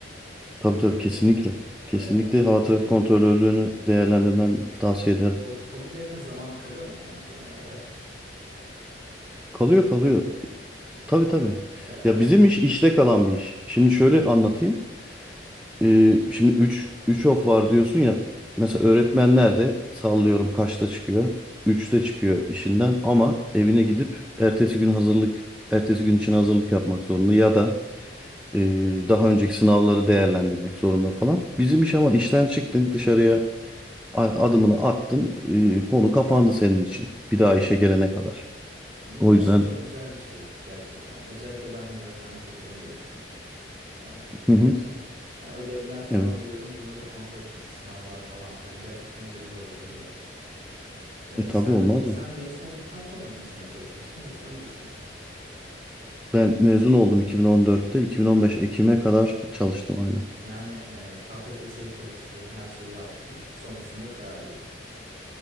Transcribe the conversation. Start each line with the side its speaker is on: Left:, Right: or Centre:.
Centre: Tabii tabii kesinlikle. Kesinlikle
Right: E,
Centre: hava
Right: peki
Centre: trafik kontrolörlüğünü değerlendirmen
Right: evet.
Centre: tavsiye ederim.
Right: Ho- hobilerine zaman kalıyor mu yani genel olarak?
Centre: Kalıyor
Right: İşte
Centre: kalıyor. Tabii tabii.
Right: ka- kaç
Centre: Ya bizim
Right: gün
Centre: iş işte kalan bir iş. Şimdi şöyle anlatayım. Ee, şimdi üç üç of var diyorsun ya. Mesela
Right: Evet.
Centre: öğretmenler de sallıyorum kaçta çıkıyor? üçte çıkıyor işinden ama evine gidip ertesi gün hazırlık ertesi gün için hazırlık yapmak zorunda ya da e, daha önceki sınavları değerlendirmek zorunda falan. Bizim iş ama işten çıktın dışarıya a- adımını attın e, konu kapandı senin için bir daha işe gelene kadar.
Right: Bu
Centre: O
Right: aslında
Centre: yüzden
Right: çok güzel bir şey gerçekten. Özellikle ben hani öğretmenlik yapıyorum demiştim e, hatırlıyorsan.
Centre: hı hı,
Right: Yani ödevler falan
Centre: evet
Right: veriyorum bunları kontrol etmesi sınavlar falan filan gerçekten yorucu olabiliyor. E,
Centre: e, tabii
Right: sen
Centre: olmaz
Right: sen
Centre: mı?
Right: mezun olduktan sonra mı bir sene çalışmıştın yoksa öncesinde mi?
Centre: Ben mezun oldum 2014'te 2015
Right: Ha, o,
Centre: Ekim'e kadar çalıştım aynı.
Right: yani e, KPSS'ye çalıştın her şeyi yaptın sonrasında karar değiştirdin.